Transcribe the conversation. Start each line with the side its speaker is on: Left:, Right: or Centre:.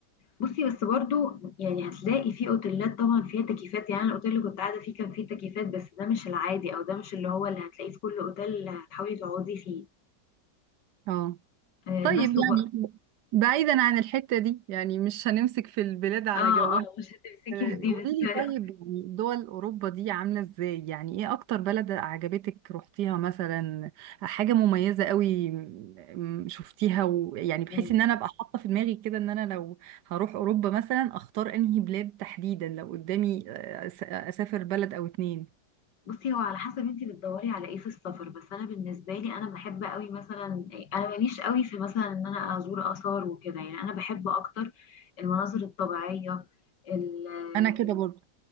Left: بصي بس برضو يعني هتلاقي في اوتيلات طبعا فيها تكييفات يعني الاوتيل اللي كنت قاعده فيه كان فيه تكييفات بس ده مش العادي او ده مش اللي هو اللي هتلاقيه في كل اوتيل اللي هتحاولي تقعدي فيه
Right: اه
Left: آه
Right: طيب
Left: بس
Right: يعني
Left: وبقى
Right: بعيدا عن الحتة دي يعني مش هنمسك في البلاد على
Left: اه
Right: جوها
Left: اه مش هتمسكي
Right: آه،
Left: في دي
Right: قولي
Left: بس
Right: لي
Left: <laughs>
Right: طيب يعني دول أوروبا دي عاملة ازاي يعني ايه أكتر بلد عجبتك روحتيها مثلا حاجة مميزة قوي م- م- شفتيها ويعني بحيث
Left: مم.
Right: ان انا ابقى حاطة في دماغي كده ان انا لو هروح أوروبا مثلا اختار انهي بلاد تحديدا لو قدامي آه، أس- اسافر بلد او اتنين
Left: بصي هو على حسب انتي بتدوري على ايه في السفر بس انا بالنسبه لي انا بحب قوي مثلا انا ماليش قوي في مثلا ان انا ازور اثار وكده يعني انا بحب اكتر المناظر الطبيعيه ال ال-
Right: انا كده برضه